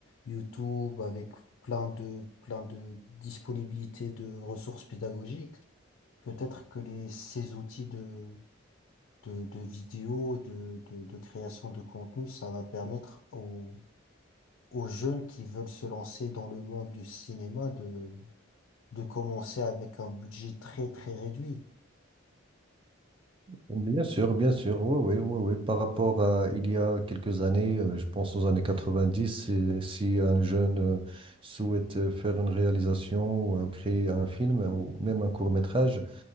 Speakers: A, on the left; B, on the right.
A: YouTube, avec plein de, plein de disponibilités de ressources pédagogiques. Peut-être que les, ces outils de, de, de vidéos, de, de, de création de contenu, ça va permettre aux, aux jeunes qui veulent se lancer dans le monde du cinéma de, de commencer avec un budget très, très réduit.
B: Bien sûr, bien sûr, oui, oui, oui, oui. Par rapport à il y a quelques années, euh, je pense aux années 90, si, si un jeune euh, souhaite euh, faire une réalisation ou euh, créer un film euh, ou même un court-métrage,